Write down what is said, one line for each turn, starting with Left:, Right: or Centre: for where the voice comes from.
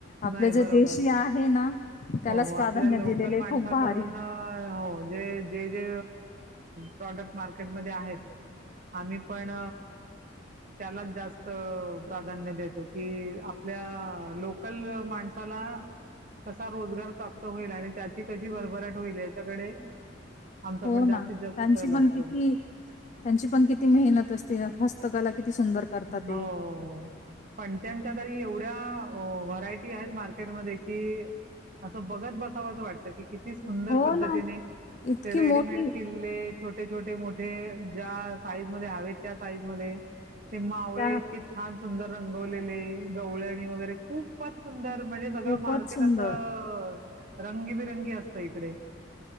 Left: आपलं
Right: नाही
Left: जे
Right: बरोबर
Left: देशी आहे ना त्यालाच
Right: हो
Left: प्राधान्य
Right: आपल्या लोकल
Left: दिलेले
Right: माणसाकडून
Left: खूप भारी
Right: हो जे जे जे प्रॉडक्ट मार्केटमध्ये आहेत आम्ही पण त्याला जास्त प्राधान्य देतो की आपल्या लोकल माणसाला कसा रोजगार प्राप्त होईल आणि त्याची कशी भरभराट होईल याच्याकडे आमचा
Left: हो
Right: पण जास्तीत
Left: ना त्यांची
Right: जास्त खेळल
Left: पण
Right: असतो
Left: किती त्यांची पण किती मेहनत असते हस्तकला किती सुंदर करत ते
Right: हो. पण त्यांच्या तरी एवढ्या व्हरायटी आहेत मार्केटमध्ये कि असं बघत बसावं असं वाटतं की किती सुंदर
Left: हो
Right: पद्धतीने
Left: ना इतकी
Right: ते रेडीमेड
Left: मोठी
Right: किल्ले छोटे छोटे मोठे ज्या साईज म हव त्या साईज म ते मावळे
Left: त्या
Right: इतके छान सुंदर रंगवलेले गवळणी वगैरे खूप खूपच सुंदर म्हणजे सगळं
Left: खूपच
Right: मार्केट
Left: सुंदर
Right: असं रंगीबिरंगी असत इकडे